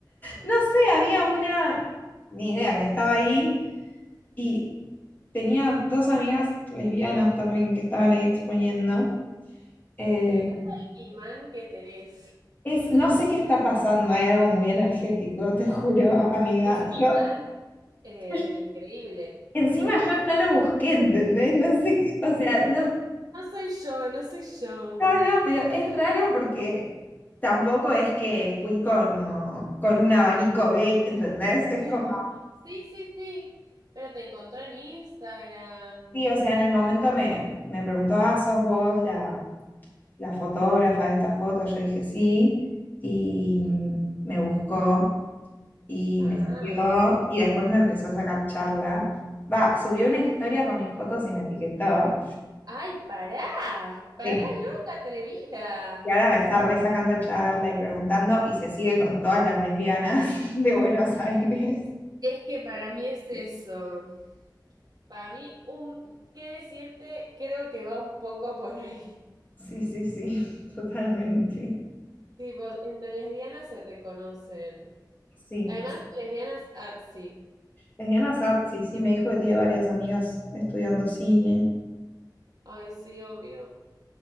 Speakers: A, on the left (about 25°); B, on the right (about 60°).
A: No sé, había una, ni idea, que estaba ahí y tenía dos amigas lesbianas también que estaban ahí exponiendo. Eh,
B: Me encanta el imán que tenés.
A: es, no sé qué está pasando, hay algo muy energético, te juro, amiga.
B: Es un imán
A: Yo,
B: eh,
A: <laughs>
B: increíble
A: encima
B: el que
A: yo
B: tenés.
A: no lo busqué, ¿entendés? No sé, qué- o sea, no,
B: No soy yo, no soy yo.
A: No, no, pero es raro porque tampoco es que fui como con un abanico gay, ¿entendés? Es
B: <laughs>
A: como,
B: Sí, sí, sí. Pero te encontró en Instagram.
A: sí, o sea, en el momento me, me preguntó, ah, ¿sos vos la, la fotógrafa de esta foto? Yo dije sí, y me buscó y
B: Ay.
A: me siguió, y después me empezó a sacar charla. Va, subió una historia con mis fotos y me etiquetó.
B: Ay, pará. Pará,
A: Sí.
B: loca atrevida.
A: Y ahora me está resacando charla y preguntando, y se sigue con todas las lesbianas <laughs> de Buenos Aires.
B: Es que para mí es eso. Para mí, un, ¿qué decirte? Creo que va un poco por ahí. <laughs>
A: Sí, sí, sí, <laughs> totalmente.
B: Tipo, entre lesbianas se reconocen.
A: Sí.
B: Además, lesbianas artsy.
A: Lesbiana Sart, sí, sí, me dijo que tiene varias amigas estudiando cine.
B: Ay, sí, obvio.